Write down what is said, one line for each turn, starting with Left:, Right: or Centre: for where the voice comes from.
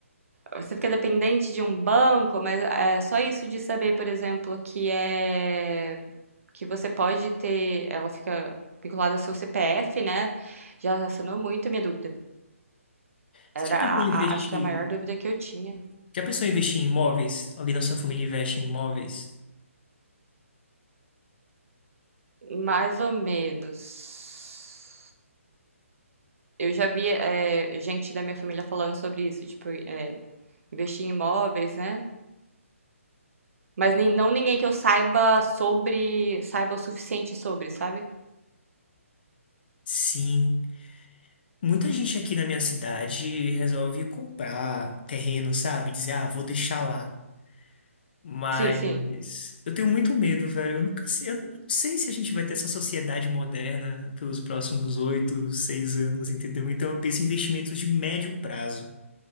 Right: Você fica dependente de um banco, mas é só isso de saber, por exemplo, que é que você pode ter, ela fica vinculada ao seu CPF, né? Já sanou muito a minha dúvida.
Left: Você
Right: Era
Left: já pensou
Right: a,
Left: em
Right: a-
Left: investir?
Right: acho que a maior dúvida que eu tinha.
Left: Já pensou em investir em imóveis? Alguém da sua família investe em imóveis?
Right: Mais ou menos. Eu já vi é, gente da minha família falando sobre isso, tipo, é, investir em imóveis, né? Mas nem, não ninguém que eu saiba sobre, saiba o suficiente sobre, sabe?
Left: Sim. Muita gente aqui na minha cidade resolve comprar terreno, sabe? Dizer, ah, vou deixar lá. Mas
Right: Sim, sim.
Left: eu tenho muito medo, velho. Eu nunca sei, eu não sei se a gente vai ter essa sociedade moderna pelos próximos oito, seis anos, entendeu? Então eu penso em investimentos de médio prazo.